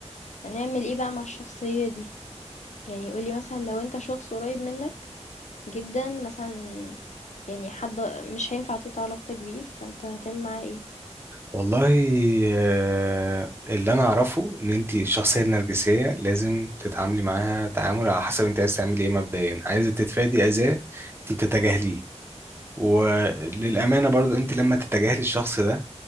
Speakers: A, on the left (about 85°); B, on the right (about 20°).
A: هنعمل إيه بقى مع الشخصية دي؟ يعني قُل لي مثلًا لو أنت شخص قريب منك جدًا مثلًا يعني حد مش هينفع تقطع علاقتك بيه، فأنت هتعمل معاه إيه؟
B: والله آه، اللي انا اعرفه ان انت الشخصيه النرجسيه لازم تتعاملي معاها تعامل على حسب انت عايز تعملي ايه مبدئيا عايزه تتفادي اذاه انت بتتجاهليه وللامانه برضو انت لما تتجاهلي الشخص ده